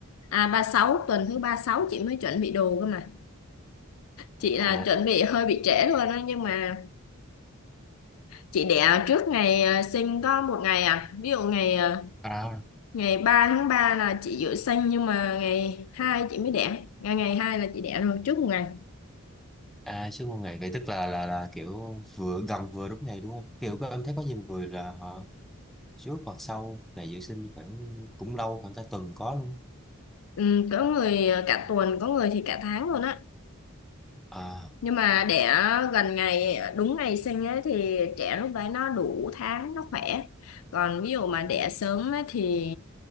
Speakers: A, on the left (about 75°); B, in the centre.
A: à ba mươi sáu tuần thứ 36 chị mới chuẩn bị đồ cơ mà. Chị
B: Ờ.
A: là chuẩn bị hơi bị trễ luôn đó nhưng mà Chị đẻ trước ngày ờ, sinh có một ngày à. Ví dụ ngày ờ,
B: à,
A: ngày 3 tháng 3 là chị dự sinh nhưng mà ngày 2 chị mới đẻ. Ngày ngày 2 là chị đẻ rồi trước một ngày.
B: À sư phụ ngày vậy tức là là là kiểu vừa gần vừa đúng ngày đúng không? Kiểu các em thấy có nhiều người là họ trước hoặc sau ngày dự sinh khoảng cũng lâu khoảng cả tuần có luôn.
A: Ừ, có người ờ, cả tuần, có người thì cả tháng luôn á.
B: á. À
A: Nhưng mà đẻ gần ngày ờ, đúng ngày sinh ấy thì trẻ lúc đấy nó đủ tháng, nó khỏe. Còn ví dụ mà đẻ sớm ấy thì